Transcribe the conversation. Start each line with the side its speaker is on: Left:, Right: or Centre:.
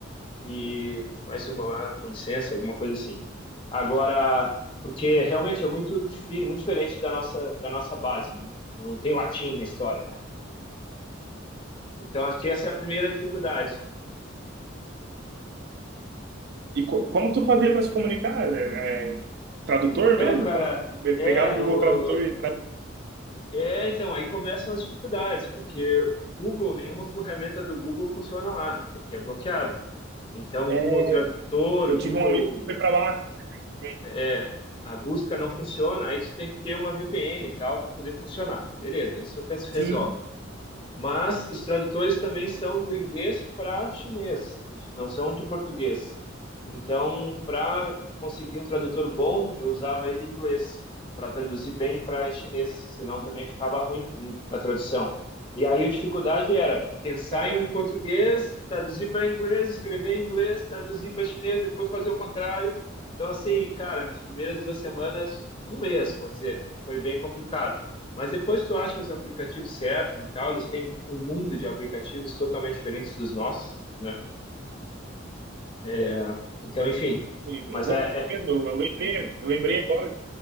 Left: e mais uma lá, com licença, alguma coisa assim. Agora, porque realmente é muito, difícil, muito diferente da nossa, da nossa base, né? Não tem latim na história. Então, acho que essa é a primeira dificuldade.
Right: E co- como tu fazia para se comunicar? É, é, tradutor
Left: Então,
Right: mesmo?
Left: cara,
Right: Como tu pe-
Left: é,
Right: pegava o
Left: no,
Right: Google Tradutor e tradu...
Left: é, então, aí começam as dificuldades, porque Google, nenhuma ferramenta do Google funciona lá, porque é bloqueado. Então,
Right: É,
Left: Google Tradutor,
Right: eu
Left: Google,
Right: tive um amigo que foi para lá. né?
Left: é, a busca não funciona, aí você tem que ter uma VPN e tal para poder funcionar. Beleza, isso até se resolve.
Right: Sim,
Left: Mas os tradutores também são do inglês para chinês, não são de português. Então, para conseguir um tradutor bom, eu usava ele em inglês para traduzir bem para em chinês, senão também ficava ruim na tradução. E aí a dificuldade era pensar
Right: caraca.
Left: em português, traduzir para inglês, escrever em inglês, traduzir para chinês, depois fazer o contrário. Então, assim, cara, nas primeiras duas semanas, um mês, vou dizer, foi bem complicado. Mas depois tu acha os aplicativos certos e tal, eles têm um mundo de aplicativos totalmente diferentes dos nossos, né? É, então, enfim.
Right: Eu
Left: Mas
Right: vou,
Left: é, é-
Right: eu, eu lembrei, eu lembrei agora,